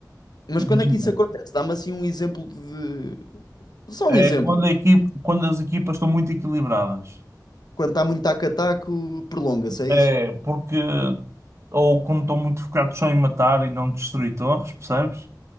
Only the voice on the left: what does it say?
Mas
quando é que isso acontece? Dá-me assim um exemplo de. Só
um exemplo.
Quando está muito taco-taco, prolonga-se, é
isso?